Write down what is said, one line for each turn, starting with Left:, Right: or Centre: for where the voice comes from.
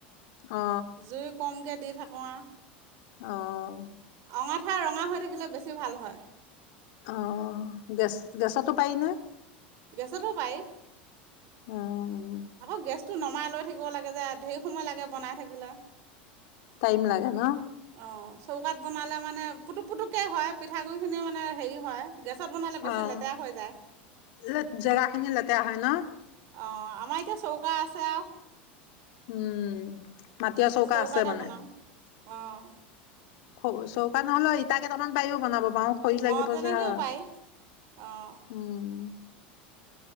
Left: অ
Right: জুই কমকে দি থাক। কুৱাহ।
Left: অহ, '
Right: অঙঠা ৰঙা হৈ থাকিলে বেছি ভাল হয়।
Left: অ 'গেছ -গেছতো পাৰি নহয়?
Right: গেছতো পাৰি,
Left: উম
Right: আকৌ গেছ, টো নমাই লৈ থাকিব লাগে যে, ঢেই সময় লাগে বনাই থাকিলে।
Left: টাইম লাগে ন।?
Right: অ' চৌকাত বনালে মানে পুতুক -পুটুককে হয়, পিঠাগুৰি খিনি মানে হেৰি হয়। গেছত বনালে বেছি
Left: অহ,
Right: লেতেৰা হৈ যায়
Left: লেত -জেগাখিনি লেতেৰা হয় ন।?
Right: অ' আমাৰ এতিয়া চৌকা আছে আও।
Left: উম, মাটিৰ চৌকা
Right: চৌকাতে
Left: আছে মানে
Right: বনাওঁ অ',।
Left: খৌ চৌকা নহলেও ইটা কেইটামান পাৰিও বনাব, বাওঁ খৰি লাগিব
Right: অঁ তেনেকৈও
Left: যে হা,
Right: পাৰি অঁ
Left: উম, '